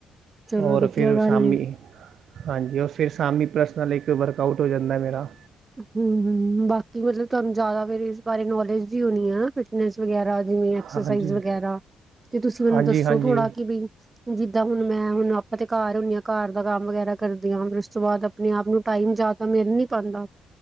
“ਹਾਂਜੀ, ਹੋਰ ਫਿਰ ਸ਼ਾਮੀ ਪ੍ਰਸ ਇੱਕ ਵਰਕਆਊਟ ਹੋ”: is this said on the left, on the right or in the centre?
Right